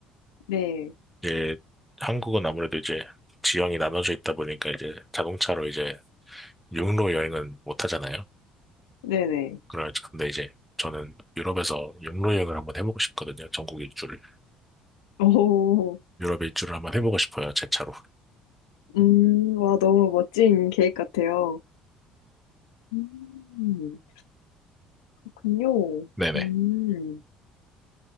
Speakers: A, on the left; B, in the centre.
A: 네,
B: 이제 한국은 아무래도 이제 지형이 나눠져 있다 보니까 이제 자동차로 이제 육로 여행은 못 하잖아요.
A: 네네.
B: 그래, 근데 이제 저는 유럽에서 육로 여행을 한번 해보고 싶거든요. 전국 일주를.
A: 오,
B: 유럽 일주를 한번 해보고 싶어요. 제 차로.
A: 음, 와, 너무 멋진 계획 같아요. 음, 그렇군요.
B: 네네.
A: 음,